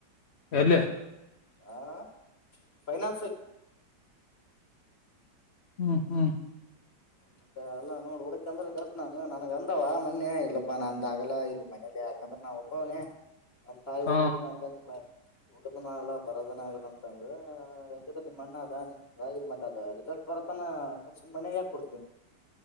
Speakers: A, on the left (about 50°); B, on the left (about 35°).
A: ಎಲೆ
B: ಹಾ ಫೈನಾನ್ಸ್
A: ಹ್ಮ್ ಹ್ಮ್
B: ಹ ಮತ್ತೆ ಅಲ್ಲಾ ನೋಡಿ ಒಳ ಚಂದ್ರ ಗತ್ ನಾನು ನನ್ಗ್ ಅಂದವ ಮನ್ಯ ಇರ್ಲ್ಲಪ್ಪಾ ನಾ ಅಂದ ಆಗಲ್ಲಾ ಇಲ್ಲಿ ಮನೇಲಿ ಯಾಕಂದ್ರೆ ನಾವ ಒಬ್ಬವ್ನನೆ ಒಂದ್ ತಾಯಿ
A: ಹ
B: ಒಬ್ಬಕ ಹಂಗಂಗ ಉಡ್ದನ ಆಲ್ಲ ಬರೋದನ ಆಗಲ್ಲ ಅಂತಂದ ಹೆಂಗಿದ ನಿಮ್ಮ ಅಣ್ಣ ದಾನಿ ರಾಯಿ ಮಠ ಅದೀಗ ಬರತನ ಮ ಮನೆಗೆ ಯಾಕ ಕೊಡ್ತೇವಿ